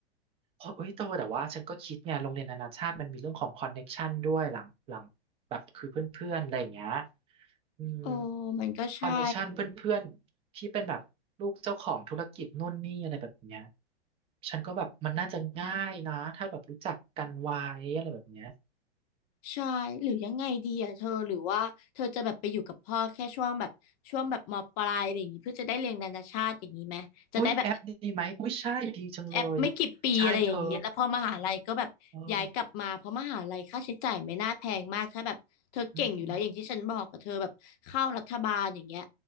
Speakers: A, on the right; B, on the left.
A: เพราะเอ้ยโตแต่ว่าฉันก็คิดไงโรงเรียนนานาชาติมันมีเรื่องของคอนเน็กชันด้วยหลังหลังแบบคือเพื่อนๆอะไรอย่างเงี้ยอืม
B: โอ้มันก็ใช่
A: คอนเน็กชันเพื่อนๆที่เป็นแบบลูกเจ้าของธุรกิจนู่นนี่อะไรแบบเนี้ยฉันก็แบบมันน่าจะง่ายนะถ้าแบบรู้จักกันไว้อะไรแบบเนี้ย
B: ใช่หรือยังไงดีอะเธอหรือว่าเธอจะแบบไปอยู่กับพ่อแค่ช่วงแบบช่วงแบบมปลายอะไรอย่างงี้เพื่อจะได้เรียนนานาชาติอย่างนี้ไหมจะได้แบบ
A: อุ๊ยแอปดีไหมอุ๊ยใช่ดีจังเลย
B: แอปไม่กี่ปีอะไรอย่างนี้แล้วพอมหาลัยก็แบบย้ายกลับมาเพราะมหาลัยค่าใช้จ่ายไม่น่าแพงมากถ้าแบบเธอเก่งอยู่แล้วอย่างที่ฉันบอกกับเธอแบบเข้ารัฐบาลอย่างเงี้ย
A: ใช่เธอเอออืม